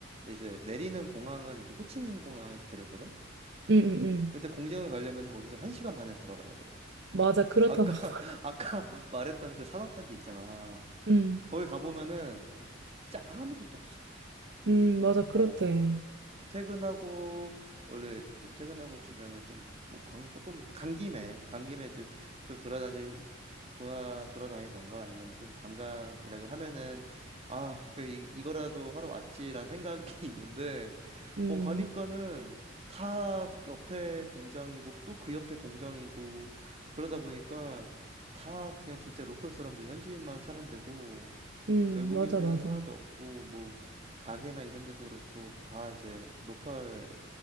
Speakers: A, on the right; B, on the right.
A: 이제 내리는 공항은 이제 호치민 공항에서 내렸거든.
B: 응, 응, 응.
A: 근데 공장을 가려면 거기서 1시간 반을 들어가야 돼.
B: 맞아, 그렇다고
A: 아까
B: 하더라.
A: <laughs> 아까 말했던 그 산업단지 있잖아.
B: 응,
A: 거기 가보면은 진짜 아무것도 없어.
B: 응, 맞아, 그렇대.
A: 어. 퇴근하고 원래 이제 퇴근하고 주변에 좀뭐 조금 간 김에 간 김에 이제 좀 돌아다니 돌아 돌아다니던가 아니면은 좀 관광이라도 하면은 아, 그 이, 이거라도 하러 왔지라는 생각이 <laughs> 있는데
B: 응,
A: 어 가니까는 다 옆에 공장이고 또 그 옆에 공장이고 그러다 보니까 다 그냥 진짜 로컬 사람들 현지인만 사는 데고
B: 응,
A: 외국인들은
B: 맞아, 맞아.
A: 하나도 없고 뭐 가게나 이런 데도 그렇고 다 이제 로컬